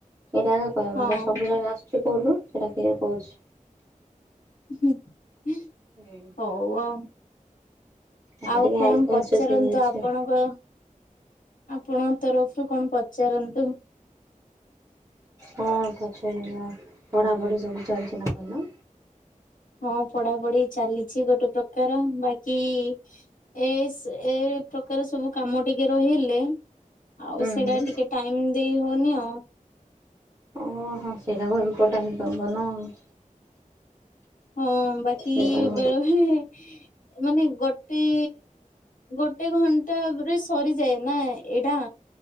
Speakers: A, on the right; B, on the left.
A: ଏରା <unintelligible>
B: ହଁ
A: ସବୁଯାକ ଆସୁଚି କହୁନୁ ସେଟା କିଏ କହୁଚି।
B: <inaudible>
A: ହୁଁ।
B: ହଉ ଆଉ
A: ଏବେ
B: -ଆଉ
A: ଟିକେ
B: କଣ୍
A: ହେଲ୍ଥ କନସିୟସ୍
B: ପଚାରନ୍ତୁ
A: ହେଇଯାଇଛି
B: ଆପଣଙ୍କର
A: ଆଉ।
B: ଆପଣଙ୍କ ତରଫରୁ କଣ୍ ପଚାରନ୍ତୁ।
A: କଣ ପଚାରିବି ଆଉ- ପଢାପଢି ସବୁ ଚାଲିଚି ନା ନାଇଁ?
B: ହଁ ପଢାପଢି ଚାଲିଚି ଗୋଟେ ପ୍ରକାର ବାକି ଏସ୍ -ଏ -ପ୍ରକାର ସବୁ କାମ ଟିକେ ରହିଗଲେ ଆଉ
A: ହୁଁ
B: ସେଇଟା
A: ହୁଁ
B: ଟିକେ ଟାଇମ୍ ଦେଇ ହଉନି ଆଉ।
A: ହଁ- ହଁ ସେଇଟାକୁ ଇମ୍ପୋଟାଣ୍ଟ୍ ଦବନା ଆଉ।
B: ହଁ ବାକି
A: ସେଇଟାକୁ
B: ବେଳେ ବେଳେ ମାନେ ଗୋଟେ ଗୋଟେ ଘଣ୍ଟାରେ ସରିଯାଏ ନା ଏଇଟା।